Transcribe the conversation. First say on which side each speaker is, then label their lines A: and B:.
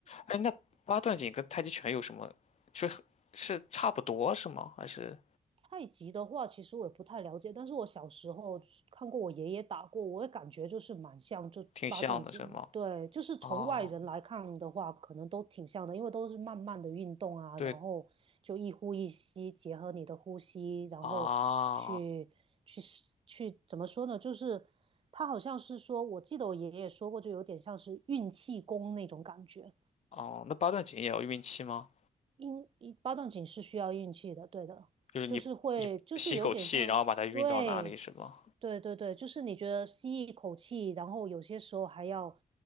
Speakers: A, on the left; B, on the right.
A: 哎，那八段锦跟太极拳有什么？是是差不多是吗？还是
B: 太极的话，其实我也不太了解，但是我小时候看过我爷爷打过，我也感觉就是蛮像就八段锦，
A: 挺像的是吗？
B: 对，就是从外人来看的话，
A: 哦，
B: 可能都挺像的，因为都是慢慢的运动啊，
A: 对
B: 然后就一呼一吸，结合你的呼吸，然后去去去怎么说呢？
A: 啊，
B: 就是他好像是说，我记得我爷爷说过，就有点像是运气功那种感觉。
A: 哦，那八段锦也要运气吗？
B: 因因八段锦是需要运气的，对的，
A: 就是你你吸一口气，
B: 就是会，就是有点像，
A: 然后把它运到哪里是吗？
B: 对，对对对，就是你觉得吸一口气，然后有些时候还要